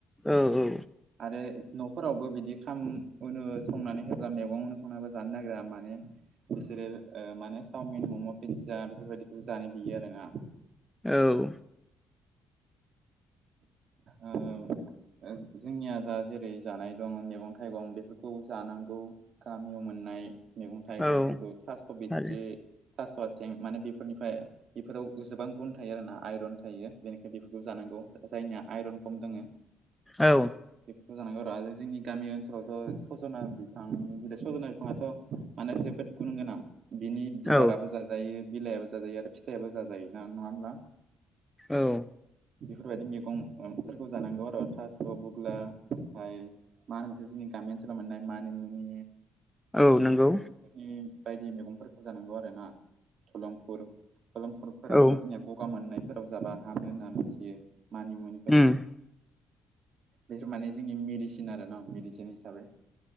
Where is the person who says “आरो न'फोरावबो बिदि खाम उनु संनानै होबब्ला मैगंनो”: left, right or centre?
Right